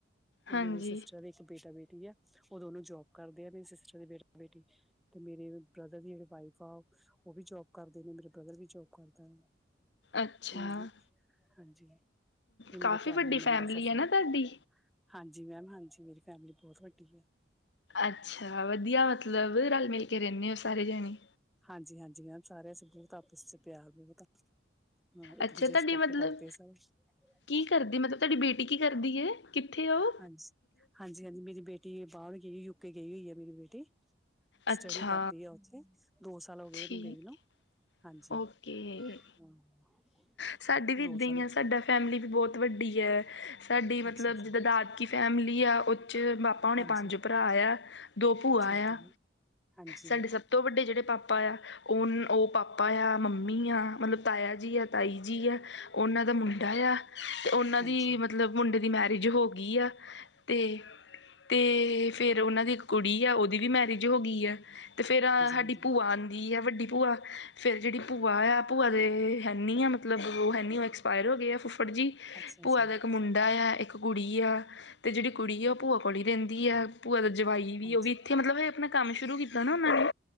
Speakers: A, in the centre; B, on the left.
A: ਤੇ ਮੇਰੀ
B: ਹਾਂਜੀ
A: ਸਿਸਟਰ ਦੇ। ਬੇਟਾ ਬੇਟੀ ਆ, ਉਹ ਦੋਨੋਂ ਜੋਬ ਕਰਦੇ ਆ ਮੇਰੀ ਸਿਸਟਰ ਦੀ ਬੇਟਾ ਬੇਟੀ। ਤੇ ਮੇਰੇ ਬ੍ਰਦਰ ਦੀ ਜਿਹੜੇ ਵਾਈਫ ਆ ਉਹ ਵੀ ਜੋਬ ਕਰਦੇ ਨੇਂ, ਮੇਰੇ ਬ੍ਰਦਰ ਵੀ ਜੋਬ ਕਰਦਾਂ।
B: ਅੱਛਾ
A: ਊਹੂੰ ਹਾਂਜੀ। ਏ
B: ਕਾਫ਼ੀ
A: ਮੇਰੇ ਫੈਮਿਲੀ
B: ਵੱਡੀ
A: ਮੈਂਬਰਸ ਆ ਸਾਰੇ,
B: ਹੈ ਨਾ ਤੁਹਾਡੀ
A: ਹਾਂਜੀ ਮੈਮ ਹਾਂਜੀ ਮੇਰੀ ਫੈਮਿਲੀ ਬਹੁਤ ਵੱਡੀ ਆ।
B: ਅੱਛਾ ਵਧੀਆਂ ਮੱਤਲਬ ਰਲ ਮਿਲ਼ ਕੇ ਰਹਿਣੇ ਓ ਸਾਰੇ ਜਾਣੇਂ।
A: ਹਾਂਜੀ -ਹਾਂਜੀ ਮੈਮ ਸਾਰਿਆਂ 'ਚ ਬਹੁਤ ਆਪਸ 'ਚ ਪਿਆਰ ਬਹੁਤ‌ ਆ। ਹੂੰ ਇੱਕ
B: ਅੱਛਾ
A: ਦੂਜੇ
B: ਤੁਹਾਡੀ
A: ਦੀ ਰਿਸਪੈਕਟ
B: ਮਤਲਬ
A: ਕਰਦੇ ਸਾਰੇ।
B: ਕੀ ਕਰਦੀ ਮਤਲਬ ਤੁਹਾਡੀ ਬੇਟੀ ਕੀ ਕਰਦੀ ਏ। ਕਿੱਥੇ ਆ ਓ।
A: ਹਾਂਜੀ, ਹਾਂਜੀ, ਹਾਂਜੀ ਮੇਰੀ ਬੇਟ ਟੀ ਬਾਹਰ ਗਈ ਹੋਈ ਯੂਕੇ ਗਈ ਹੋਈ ਆ ਮੇਰੀ ਬੇਟੀ
B: ਅੱਛਾ
A: ਸਟੱਡੀ ਕਰਦੀ ਆ ਓਥੇ ਦੋ ਸਾਲ ਹੋ ਗਏ
B: ਠੀਕ
A: ਉਹਨੂੰ ਗਈ ਨੂੰ ਹਾਂਜੀ
B: ਓਕੇ
A: ਹਾਂ
B: ਸਾਡੀ ਵੀ
A: ਦੋ
B: ਇੱਦਾਂ
A: ਸਾਲ
B: ਹੀ ਆ ਸਾਡਾ ਫੈਮਿਲੀ ਵੀ ਬਹੁਤ ਵੱਡੀ ਐ ਸਾਡੀ
A: ਗਏ।
B: ਮਤਲਬ
A: ਅੱਛਾ ਜੀ
B: ਜਿੱਦਾਂ ਦਾਦਕੀ ਫੈਮਿਲੀ ਆ ਉ ਚ ਪਾ ਪਾਪਾ ਹੁਣੇ
A: ਹਾਂਜੀ
B: ਪੰਜ ਭਰਾ ਆ ਦੋ ਭੂਆ
A: ਠੀਕ ਹੈ
B: ਆ
A: ਮੈਮ ਹਾਂਜੀ
B: ਸਾਡੇ
A: ਹਾਂਜੀ
B: ਸਭ ਸਭ ਤੋਂ ਵੱਡੇ ਜੇਹੜੇ ਪਾਪਾ ਆ ਓ ਓ ਪਾਪਾ ਏ ਆ ਮੰਮੀ ਆ ਮਤਲਬ ਤਾਇਆ ਜੀ ਆ ਤਾਈ ਜੀ ਆ ਉਹਨਾਂ ਦਾ ਮੁੰਡਾ ਏ ਆ ਅਤੇ ਉਹਨਾਂ
A: ਹਾਂਜੀ
B: ਦੀ ਮਤਲਬ ਮੁੰਡੇ ਦੀ ਮੈਰਿਜ ਹੋ ਗਈ ਆ ਤੇ ਤੇ ਫਿਰ ਉਹਨਾਂ ਦੀ ਇੱਕ ਕੁੜੀ ਆ ਉਹਦੀ ਵੀ ਮੈਰਿਜ ਹੋ ਗਈ ਆ ਤੇ ਫਿਰ ਆਡੀ
A: ਹਾਂਜੀ ਮੈਮ।
B: ਭੂਆ ਆਂਦੀ ਆ ਵੱਡੀ ਭੂਆ ਫਿਰ ਜਿਹੜੀ ਭੂਆ ਆ ਭੂਆ ਦੇ ਹੈਨੀ ਆ ਮਤਲਬ ਉਹ ਹੈਨੀ ਉਹ ਐਕਸਪਾਇਰ ਹੋ ਗਏ ਆ ਫੁੱਫੜ ਜੀ
A: ਅੱਛਾ
B: ਭੂਆ
A: ਜੀ
B: ਦਾ ਇੱਕ ਮੁੰਡਾ ਆ ਇੱਕ ਇੱਕ ਕੁੜੀ ਆ ਤੇ ਜਿਹੜੀ ਕੁੜੀ ਆ ਉਹ ਭੂਆ ਕੋਲ ਹੀ ਰਹਿੰਦੀ ਆ ਭੂਆ ਦਾ ਜਵਾਈ ਵੀ
A: ਹਾਂਜੀ
B: ਉਹ ਵੀ ਇੱਥੇ ਮਤਲਬ ਇਹ ਆਪਣਾ ਕੰਮ ਸ਼ੁਰੂ ਕੀਤਾ ਨਾ ਉਹਨਾਂ ਨੇ